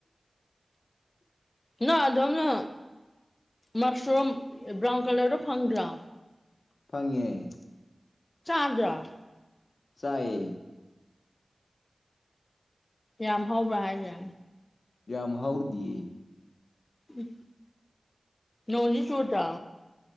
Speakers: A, on the left; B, on the left.
A: ꯅꯣꯏ ꯑꯗꯣꯝꯅ ꯃꯁꯔꯨꯝ ꯕ꯭ꯔꯥꯎꯟ ꯀꯂꯔꯗꯣ ꯐꯪꯗ꯭ꯔꯣ
B: ꯐꯪꯉꯦ
A: ꯆꯥꯗ꯭ꯔꯥ
B: ꯆꯥꯏꯌꯦ
A: ꯌꯥꯝ ꯍꯧꯕ꯭ꯔꯥ ꯍꯥꯏꯁꯦ
B: ꯌꯥꯝ ꯍꯧꯗꯤꯌꯦ
A: ꯎꯝ ꯅꯣꯡꯗꯤ ꯆꯨꯗ꯭ꯔꯣ